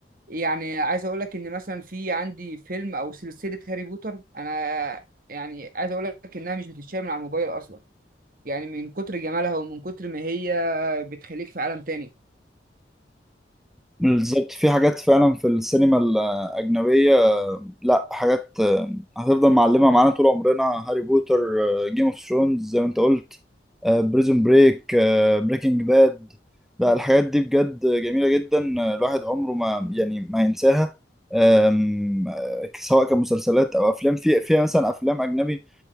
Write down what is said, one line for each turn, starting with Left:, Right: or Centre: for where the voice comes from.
Right: يعني عايز أقول لك إن مثلا في عندي فيلم أو سلسلة هاري بوتر أنا يعني عايز أقول لك إنها مش بتتشال من على الموبايل أصلا يعني من كتر جمالها ومن كتر ما هي بتخليك في عالم تاني
Centre: بالظبط في حاجات فعلا في السينما الاجنبيه لا حاجات آه، هتفضل معلمة معانا طول عمرنا هاري بوتر جيم اوف ثرونز زي ما انت قلت بريزون بريك بريكنج باد لا الحاجات دي بجد جميلة جدا آه، الواحد عمره ما يعني ما ينساها آم، آه، سواء كمسلسلات او افلام في في مثلا افلام اجنبي